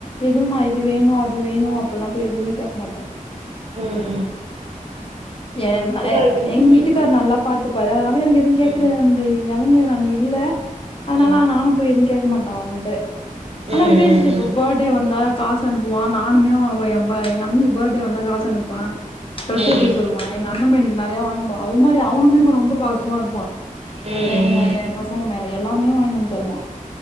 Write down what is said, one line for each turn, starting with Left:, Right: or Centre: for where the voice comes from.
Left: எதுவும் நான் இது வேணும் அது வேணும் அப்படிலா போய் எதுவுமே கேட்க மாட்டேன்
Right: உம்
Left: <inaudible> ஏன்னா என்
Right: இருக்குன்
Left: எங்க வீட்டுக்காரரு
Right: ம்
Left: நல்லா பார்த்துப்பாரு அதனால எனக்கு எதுவும் கேக்குற
Right: ம்
Left: ந நிலமை இல்ல அதனால
Right: ம்
Left: நானும் போய் எதும் கேட்க மாட்டேன் அவன்ட்ட ஆனா
Right: ம் ம் ம்
Left: ரிலேஷன்ஷிப் பேர்த்டே வந்த காசு அனுப்புவான் நானுமே அவன் என் பர்த்டே எங்க அண்ணுக்கு பர்த்டே வந்தா காசு அனுப்புவேன் ட்ரெஸ்
Right: உம்
Left: எடுத்துக்க சொல்லுவான். எங்க அண்ண பையனுக்கு நிறைய வாங்கிட்டுபோவேன் அது மாதிரி அவனுமே ரொம்ப பாசமா இருப்பான்
Right: ம்
Left: இப்போ எங்க என் பசங்க மேல எல்லாமே வாங்கிட்டு வந்து வருவான்